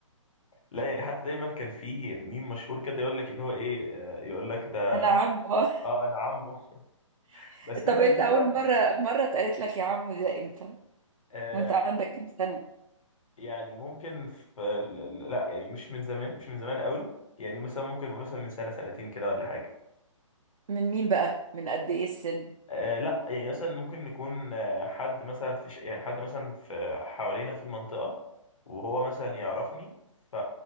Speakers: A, on the left; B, on the right.
A: لا يعني حتى دايما كان في ميم مشهور كده يقول لك اللي هو ايه آه، يقول لك ده
B: أنا عم آه.
A: اه انا عمه <laughs>
B: <laughs>
A: بس احنا
B: طب أنت
A: بنزعل
B: أول مرة مرة اتقالت لك يا عمو ده إمتى
A: آه
B: وأنت عندك كام سنة
A: يعني ممكن في ال- ال- لا يعني مش من زمان مش من زمان قوي يعني مثلا ممكن نقول مثلا من سنة سنتين كده ولا حاجة
B: من مين بقى من قد إيه السن
A: آه لا يعني مثلا ممكن نكون آه، حد مثلا في ش... يعني حد مثلا في حوالينا في المنطقة وهو مثلا يعرفني ف...